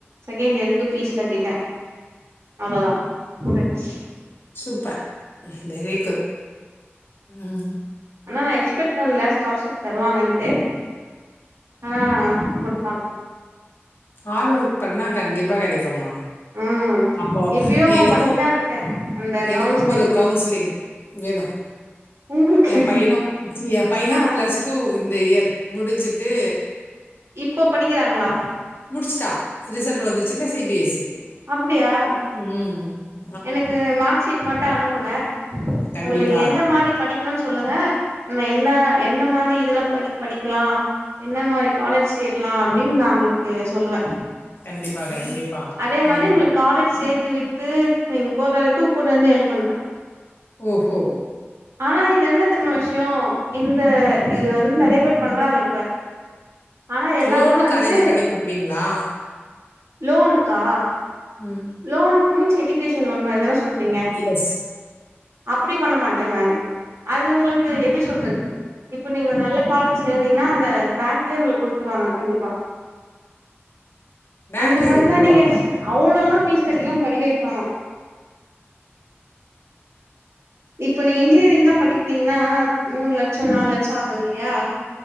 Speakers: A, on the right (about 80°); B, on the left (about 55°).
A: செகண்டு இயருக்கு ஃபீஸ் கட்டிட்டே. அவ்ளதா முடிஞ்ச்சி.
B: சூப்ப ம் வெரி குட் ம்.
A: ஆனா நா எக்ஸ்பெக்ட் பண்ல ஸ்காலர்ஷிப் தருவாங்கன்ட்டு ஆனா குடுத்தாங்க.
B: ஹாடு ஒர்க் பண்ணா கண்டிப்பா கெடைக்கும்மா.
A: ம்.
B: அப்போ
A: இப்பயு
B: எனுக்குப்
A: பண்ணிட்தா இருக்கே அந்த
B: எனக்கு
A: கவுன்சிலிங்
B: ஒரு கவுன்சிலிங் வேணும்.
A: உங்களுக்கு
B: ஏ பையனு ஏ பைய
A: ஆ
B: பிளஸ் டூ இந்த இயர் முடிச்சிட்டு
A: இப்ப படிக்கறாங்களா?
B: முடிச்சுட்டா ரிசல்ட்டு வந்துச்சுல்ல சி பி எஸ் இ
A: அப்டியா?
B: ம் ம்.
A: எனக்கு மாக்ஷீட் மட்டு அனுப்புங்க
B: கண்டிப்பா,
A: உங்குளுக்கு எந்த மாரி படிக்கணுன் சொல்லுங்க ந என்ன என்ன மாரி இதுல படி படிக்கலா என்ன மாரி காலேஜ் சேரலா அப்டின் நா உங்களுக்கு சொல்லுவே
B: கண்டிப்பா கண்டிப்பா
A: அதே
B: எனக்கு
A: மாரி உங்களுக்கு காலேஜ் சேத்து விட்டு நீங்க போற வரைக்கு கூட இருந்து ஹெல்ப் பண்ணுவே
B: ஓஹோ
A: ஆனா இதுல என்ன தெர்மா விஷ்யோ இந்த இது வந்த் நெறைய பேர் பண்றாங்க இப்ப ஆனா எல்லாமே
B: லோனுக்கு
A: வந்து
B: அரேஞ்ச் பண்ணி குடுப்பீங்களா?
A: லோனுக்கா
B: உம்
A: லோனுக்கு மீன்ஸ் எஜுகேஷன் லோன் மாதிரிதான சொல்றீங்க
B: எஸ்.
A: அப்பிடி பண்ண மாட்டே நானு அது உங்களுக்கு எப்பிடி சொல்றது இப்ப நீங்க நல்ல காலேஜ் சேந்தீங்னா அந்த பேங்க்லயே உங்களுக் குடுத்துருவாங்க கண்டிப்பா
B: பேங்க்லயே
A: அந்த மாரில்லா
B: குடுத்துருவாங்களா?
A: நீங்க ஸ் அவ்ளோல்லா ஃபீஸ் கட்டில்லா படிக்க வைக்க வேணா இப்ப நீங்க இன்ஜினியரிங்லா படிக்கிறீங்கனா மூணு லட்சோ நாலு லட்சோ ஆகுதில்லியா